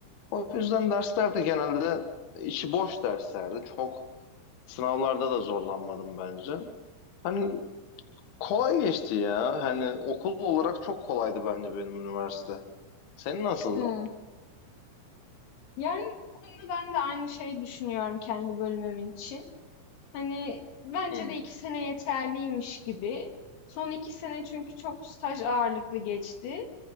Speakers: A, on the left; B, on the left.
A: O yüzden derslerde genelde içi boş derslerdi. Çok sınavlarda da zorlanmadım bence. Hani kolay geçti ya. Hani okul olarak çok kolaydı bence benim üniversite. Senin nasıldı?
B: Hı. Yani bu konuda ben de aynı şeyi düşünüyorum kendi bölümüm için. Hani bence
A: Hı hı.
B: de iki sene yeterliymiş gibi. Son iki sene çünkü çok staj ağırlıklı geçti.